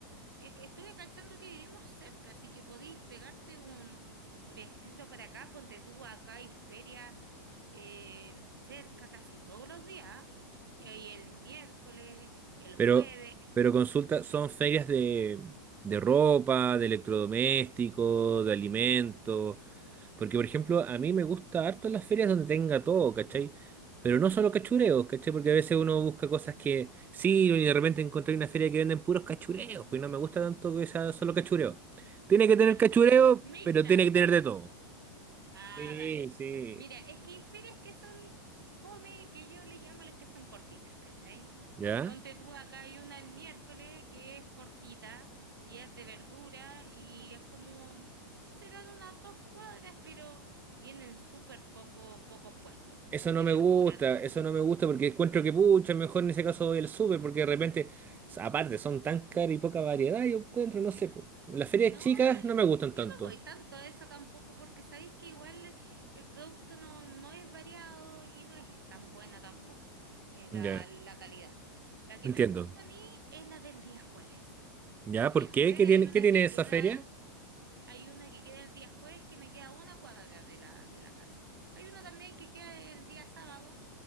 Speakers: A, on the right (about 80°); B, on the right (about 15°).
A: Eh, que estuve cachando que vivimos cerca, así que podéis pegarte un, un viajecito para acá. Ponte tú, acá hay feria eh, cerca casi todos los días. Eh, y el miércoles, el
B: Pero,
A: jueves.
B: pero consulta, son ferias de, de ropa, de electrodomésticos, de alimentos. Porque, por ejemplo, a mí me gusta harto las ferias donde tenga todo, ¿cachai? Pero no solo cachureos, ¿cachai? Porque a veces uno busca cosas que sí, y de repente encontré una feria que venden puros cachureos, pues no me gusta tanto que sea solo cachureo. Tiene que tener
A: <laughs>
B: cachureo,
A: Mixta.
B: pero tiene que tener de todo.
A: Ah,
B: Sí,
A: vale.
B: sí.
A: Mira, es que hay ferias que son fome, que yo le llamo las que son cortitas, ¿cachai?
B: ¿Ya?
A: Ponte tú acá, hay una el miércoles que es cortita y es de verdura y es como, serán unas dos cuadras, pero vienen súper poco, pocos puestos,
B: Eso no
A: de
B: me
A: verdura
B: gusta,
A: nomás.
B: eso no me gusta porque encuentro que pucha, mejor en ese caso voy al súper porque de repente, s- aparte, son tan caras y poca variedad, yo encuentro, no sé, po. Las ferias
A: No,
B: chicas
A: yo,
B: no me
A: yo,
B: gustan
A: yo
B: tanto.
A: no voy tanto a eso tampoco porque sabéis que igual el producto no, no es variado y no es tan buena tampoco eh, la,
B: Ya,
A: la calidad. La que
B: entiendo.
A: me gusta a mí es la del día jueves.
B: Ya,
A: El
B: ¿por
A: día jueves
B: qué? ¿Qué tiene,
A: hay una
B: qué tiene
A: que
B: esa
A: queda,
B: feria?
A: hay una que queda el día jueves que me queda a una cuadra de la, de la casa. Hay una también que queda el día sábado